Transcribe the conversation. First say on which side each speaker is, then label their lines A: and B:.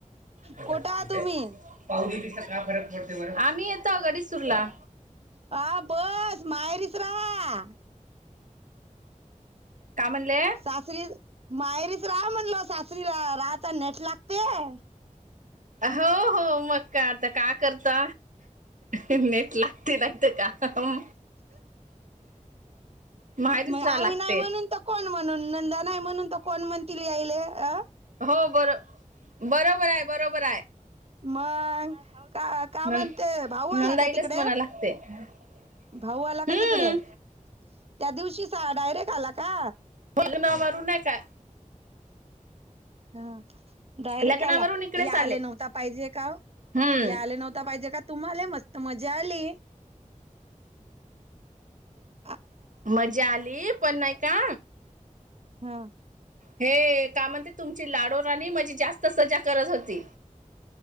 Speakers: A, on the right; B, on the right.
A: कोणते
B: कोठे आहात तुम्ही
A: पा दिस काय फरक पडते, आम्ही येतो गडी सुरला
B: हा बस माहेरीच रहा
A: काय म्हटले.
B: सासरी मायरीच राहा म्हणल सासरीला राहाता नेट लागतेय.
A: हो हो मग का आता का करता. नट लागते लागते काम.. माहेरीच
B: मग
A: जा
B: आम्ही
A: लागते.
B: नाही म्हणून तर कोण म्हणून नंदा नाही म्हणून त कोण म्हण तिला यायले अ.
A: हो बरोबर आहे बरोबर.
B: मग का का
A: न
B: म्हणते भाऊ
A: नंदाईलाच
B: आला का तिकडे.
A: <inaudible>
B: भाऊ आला
A: हम्म
B: का तिकडे, त्या दिवशी डायरेक्ट आला का.
A: बज ना नाही.
B: हा डायरेक्ट
A: लग्नावरून
B: आला
A: इकडेच
B: या आले नव्हता पाहिजे का ओ.
A: हम्म
B: हे आले नव्हता पाहिजे का तुम्हाला मस्त मजा आली. हम्
A: मज्जा आली पण नाही का
B: हा
A: हे काय म्हणते तुमची लाडू राणी माझी जास्त सजा करत होती.